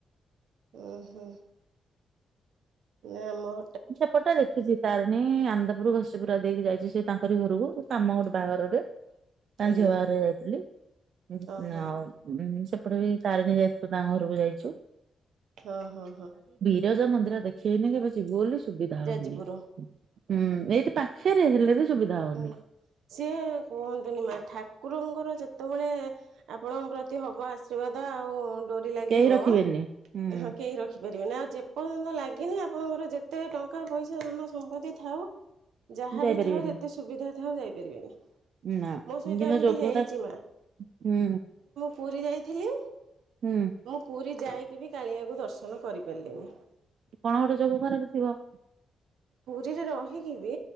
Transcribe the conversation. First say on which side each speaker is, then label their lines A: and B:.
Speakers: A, on the right; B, on the right.
A: ଓୁଁ ହୁଁ ନାମ
B: ଛପଟା ଦେଖିଛି ତାରିଣୀ ଆନ୍ଦପୁରରୁ ଘଷି ପୁର ଦେଇକି ଯାଇଛି ସେ ତାଙ୍କରି ଘରକୁ କାମ ଗୋଟେ ବାଘରରେ ତା
A: ଆଜ୍ଞା।
B: ଝି଼ଅ ବାଘାରେ ଯାଇଥିଲି
A: ଓହୋ
B: ଆଉ। ତାପରେ ବି ତାରିଣୀ ଯାଇଥୁ ତାଙ୍କ ଘରକୁ ଯାଇଛୁ।
A: ହଁ ହଁ ହଁ।
B: ବିରାଜ ମନ୍ଦିର ଦେଖେଇନି କିବେ ଯିବୁ ବୋଲି ସୁବିଧା ହଉନି।
A: ଯାଜପୁର
B: ହୁଁ ଏଇଠି ପାଖରେ ହେଲେ ବି ସୁବିଧା ହଉନି
A: ହୁଁ ସିଏ କୁହନ୍ତୁନି ମା କୁକୁରଙ୍କର ଯେତେବେଳେ ଆପଣଙ୍କ ପ୍ରତି ହବ ଆଶୀର୍ବାଦ ଆଉ। ଡୋରି ଲାଗିବ
B: କେହି ରଖିବେନି। ହୁଁ
A: ହଁ କେହି ରଖିପାରିବେନି। ଆଉ ଯେପର୍ଯ୍ୟନ୍ତ ଲାଗିନି ଆପଣଙ୍କର ଯେତେ ଟଙ୍କା ପଇସା ଧନ ସମ୍ପତ୍ତି ଥାଉ। ଯାହାବି
B: ଯାଇପାରିବେନି
A: ଥାଉ ଯା ପାରିବନି
B: ନା
A: ମୋ ସହିତ
B: କିନ୍ତୁ
A: ଏମିତି
B: ଯୋଗଟା
A: ହେଇଚି।
B: ହୁଁ
A: ପୁରୀ ଯାଇଥିଲି।
B: ହୁଁ
A: ମୁଁ ପୁରୀ ଯାଇକି ବି କାଳିଆକୁ ଦର୍ଶନ କରିପାରିଲିନି।
B: କଣ ଗୋଟେ ଯୋଗ ଖରାପ ଥିବ।
A: ପୁରୀରେ ରହିକି ବି